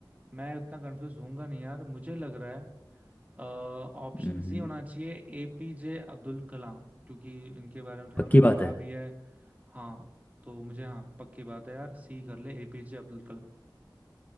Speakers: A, on the right; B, on the left.
A: मैं उतना कंफ्यूज होऊंगा नहीं यार मुझे लग रहा है ऑप्शन
B: हम्म,
A: सी होना चाहिए एपीजे अब्दुल कलाम क्योंकि इनके बारे में थोड़ा
B: पक्की
A: मैंने
B: बात
A: पढ़ा
B: है
A: भी है हाँ तो मुझे हाँ पक्की बात है यार सी कर ले एपीजे अब्दुल कलाम